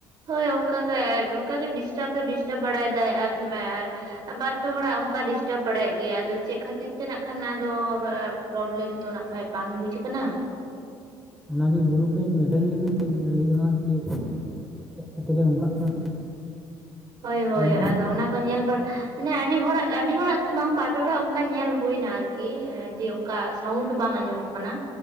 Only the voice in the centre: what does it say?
ᱚᱱᱟᱜᱮ ᱜᱩᱨᱩᱯ ᱨᱮᱧ ᱢᱮᱥᱮᱡ ᱞᱟᱹᱜᱤᱫ ᱧᱮᱞ ᱦᱩᱭᱩᱜᱼᱟ ᱪᱮᱫ, ᱪᱮᱫ ᱠᱷᱟᱹᱛᱤᱨ ᱚᱱᱠᱟᱜ ᱠᱟᱱᱟ?
ᱮᱱᱠᱷᱟᱱ